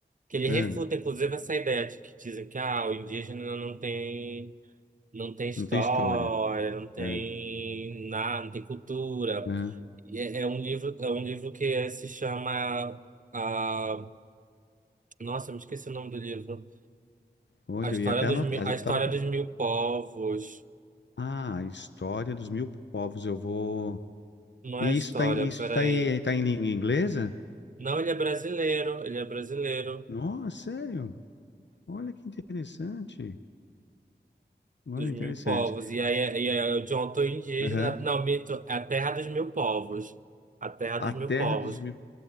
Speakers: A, on the right (about 45°); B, on the left (about 80°).
A: que ele refuta,
B: ahn.
A: inclusive, essa ideia de que dizem que ah, o indígena não tem, não tem história,
B: Não tem história.
A: não tem
B: É.
A: nada, não tem cultura.
B: é.
A: E É, é um livro, é um livro que se chama ah, nossa, eu me esqueci o nome do livro.
B: Olha,
A: A história
B: eu ia até
A: dos,
B: anotar,
A: Mi- a
B: já
A: história
B: tava. com-
A: dos mil povos.
B: Ah, a história dos mil povos, eu vou.
A: Não
B: E
A: é a história,
B: isso tá, em- isso
A: peraí.
B: tá, aí, tá em língua inglesa?
A: Não, ele é brasileiro, ele é brasileiro.
B: Nossa, sério? Olha que interessante. Olha,
A: dos
B: interessante.
A: mil povos. E aí, e aí o John Tô indígena.
B: Aham.
A: Não, mito, é a terra dos mil povos. A terra
B: A
A: dos mil
B: terra
A: povos.
B: dos mil.